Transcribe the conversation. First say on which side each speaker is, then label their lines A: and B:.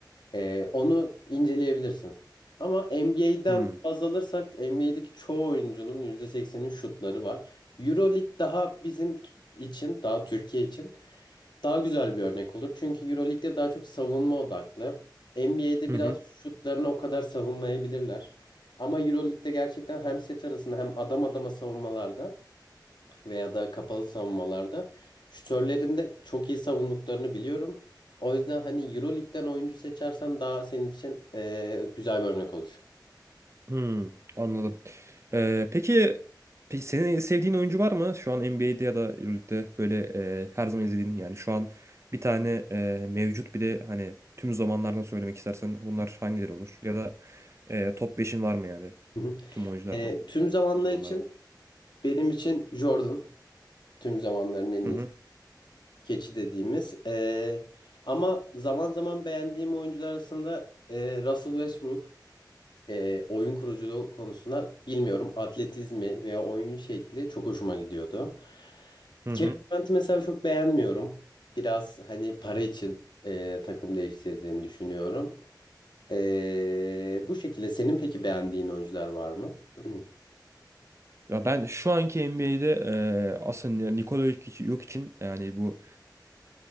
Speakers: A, on the left (about 75°); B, on the right (about 35°).
A: Ee, onu inceleyebilirsin. Ama NBA'den
B: Hmm.
A: baz alırsak NBA'deki çoğu oyuncunun %80'in şutları var. Euroleague daha bizim için, daha Türkiye için daha güzel bir örnek olur. Çünkü EuroLeague'de daha çok savunma odaklı. NBA'de
B: Hı
A: biraz
B: hı.
A: şutlarını o kadar savunmayabilirler. Ama EuroLeague'de gerçekten hem set arasında hem adam adama savunmalarda veya da kapalı savunmalarda şütörlerin de çok iyi savunduklarını biliyorum. O yüzden hani EuroLeague'den oyuncu seçersen daha senin için eee, güzel bir örnek olur.
B: Hmm, anladım. Ee, peki, peki senin sevdiğin oyuncu var mı? Şu an NBA'de ya da Euroleague'de böyle e, her zaman izlediğin yani şu an bir tane e, mevcut bir de hani tüm zamanlardan söylemek istersen bunlar hangileri olur? Ya da e, top beşin var mı yani
A: Hı hı.
B: tüm oyunculardan,
A: Eee, tüm zamanlar
B: tüm zamanlardan?
A: için benim için Jordan tüm zamanların en
B: Hı
A: iyisi.
B: hı.
A: Keçi dediğimiz. Ee, ama zaman zaman beğendiğim oyuncular arasında e, Russell Westbrook e, oyun kuruculuğu konusunda bilmiyorum atletizmi veya oyun şekli çok hoşuma gidiyordu.
B: Hı
A: Kevin
B: hı.
A: Durant'ı mesela çok beğenmiyorum. Biraz hani para için e, takım değiştirdiğini düşünüyorum. E, bu şekilde senin peki beğendiğin oyuncular var mı? <clears throat>
B: Ya ben şu anki NBA'de e, aslında Nikola Jokic, Jokic'in yani bu